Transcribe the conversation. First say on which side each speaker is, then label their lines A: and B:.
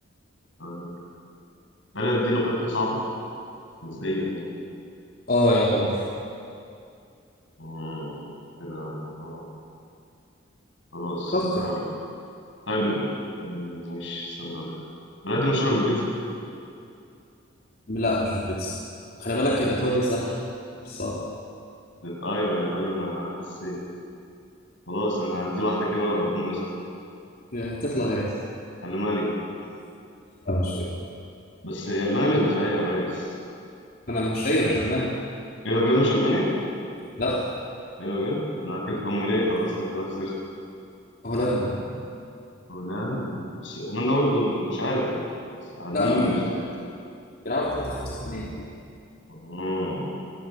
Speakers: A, on the left; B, on the left.
A: آه، البلد دي لغتها صعبه نسبيا يعني
B: اه يعتبر
A: مم. كده الموضوع خلاص
B: فكر
A: هقول طيب ن- ن- ماشي استنى اقول لك البلد دي مشهوره بالبيتزا
B: لا مش البيتزا خلي بالك الايطالي سهل مش صعب
A: اي ولا ايطاليا ما حسيت خلاص انا هدي واحده كده وربنا يستر
B: يعني هتطلع هي
A: المانيا
B: لا مش هي
A: بس هي المانيا مش دفاعيه يا ريس
B: انا مش هي مش المانيا
A: ايه ده بجد مش المانيا
B: لا
A: ايه ده بجد؟ انا اكلت فهم ليه
B: لا.
A: خلاص انا كده خسرت
B: هولندا
A: هولندا بس هولندا برضو مش عارف بس قاعدين
B: لا هولندا
A: مش
B: دفاعية
A: دف...
B: بيلعبوا 3 5 2
A: آه.